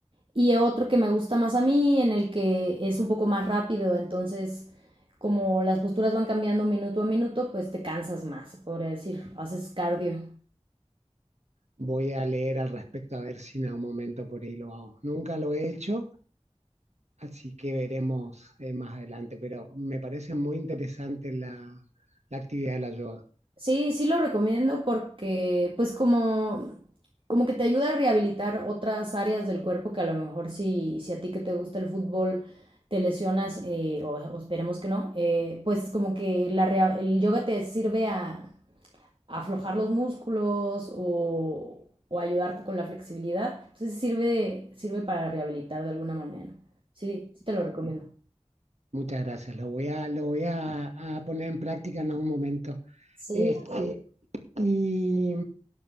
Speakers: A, on the right; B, on the right.
A: Y otro que me gusta más a mí, en el que es un poco más rápido, entonces como las posturas van cambiando minuto a minuto, pues te cansas más, podría decir, haces cardio.
B: Voy a leer al respecto a ver si en algún momento por ahí lo hago. Nunca lo he hecho, así que veremos eh, más adelante, pero me parece muy interesante la, la actividad de la yoga.
A: Sí, sí lo recomiendo porque pues como como que te ayuda a rehabilitar otras áreas del cuerpo que a lo mejor si, si a ti que te gusta el fútbol te lesionas, eh, o, o, esperemos que no, eh, pues como que la, el yoga te sirve a, aflojar los músculos o, o ayudarte con la flexibilidad. Entonces sirve, sirve para rehabilitar de alguna manera. Sí, sí te lo recomiendo.
B: Muchas gracias, lo voy a, lo voy a, a poner en práctica en algún momento.
A: Sí,
B: Este, y